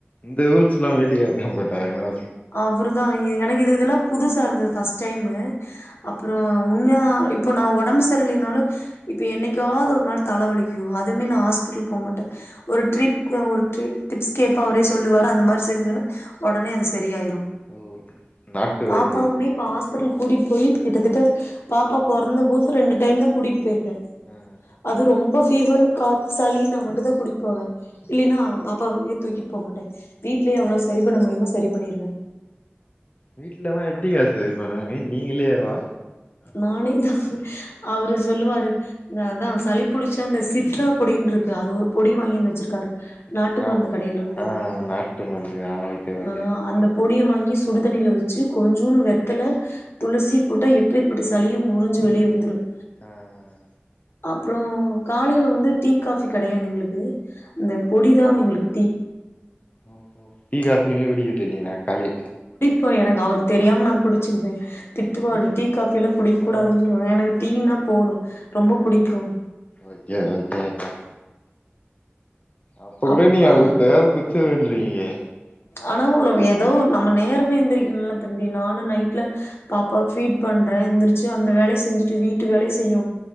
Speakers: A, on the left; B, on the left.
A: இந்த ரூல்ஸ் எல்லாம் வீட்டுக்கார்த்தான் போட்டாருங்கலா
B: அவருதான் எனக் இது இதெல்லாம் புதுசா இருந்தது ஃபர்ஸ்ட் டைம் அப்புறம் உண்மைய இப்போ நான் உடம்பு சரலலைனாலும் இப்போ என்னைக்காவது ஒரு நாள் தலைவலிக்கும் அதுவுமே நான் ஹாஸ்பிட்டல் போக மாட்டேன் ஒரு ட்ரிப் ஒரு டிப்ஸ் கேட்பேன் அவரே சொல்லுவார் அந்த மாரி செஞ்சன்னா உடனே அது சரியாயிரும்
A: ஓ நாட்டு
B: பாப்பா
A: வைத்தியம்
B: உமே இப் ஹாஸ் ஹாஸ்பிடல் கூட்டிட்டு போய் கிட்டத்தட்ட பாப்பா பொறந்த போது ரெண்டு டைம் தான் கூட்டிட்டு போய் இருக்க
A: ஆ
B: அது ரொம்ப ஃபீவர் காப் சலின்னா மட்டும் தான் தான் கூட்டிட்டு போவேன் இல்லைனா பாப்பாவே தூக்கிட்டு போக மாட்டன் வீட்லயே எவ்வளவு சரி பண்ண முடியுமா சரிண பன்னிருவேன்
A: வீட்லன்ன எப்படிங்க சரி பண்ணுவாங்க நீங்கலேவா
B: நானே தான் அவரு சொல்லுவாரு இந்த அதான் சளி புடிச்சா அந்த சிட்ரா பொடினு இருக்கு அது ஒரு பொடி வாங்கிருந்து வச்சிருக்காரு
A: சிட்ரா
B: நாட்டு மருந்து
A: பொடி
B: கடையில இருந்து
A: ஆ நாட்டு மருந்து ஆ ஓகே ஓகே
B: ஆ அந்த பொடிய வாங்கி சுடுதண்ணியில் வச்சு கொஞ்சோன்னு வெத்தல துளசி போட்டா எப்பேற்பட்ட சளியும் முறிஞ்சு வெளியே வந்துடும்
A: ஆ ஆ
B: அப்புறம் காலையில வந்து டீ காபி கடையாது எங்களுக்கு அந்த பொடிதான் எங்களுக்கு டீ
A: ஓ கோ டி காபி இன குடிக்க இல்லைகங்கலா காலையில
B: இப்போ எனக் அவர்க்கு தெரியாம்ம நாங்க குடிச்சுக்குவே திட்டுவாறு டீ காஃபில்லா குடிக்க குடாதுன்
A: ஆ
B: சொல்வாரு எனக்கு டீனா போதும் ரொம்ப புடிக்கும்
A: ஓகே ஓகே அக்கா அப்ப கூட
B: அப்
A: நீ அவுகளுக்
B: ஆ
A: தேவபட்ச வன்றிங்களே
B: ஆன ஒர் எதோ ஒரு நம்ம நேரமே எந்த்ரிக்கணுல்ல தம்பி நானு நைட்ல பாப்பாவுக் ஃபீட் பண்ட்றே எந்த்ருச்சு அந்த வேலய செஞ்சுட்டு வீட்டு வேல செய்யும்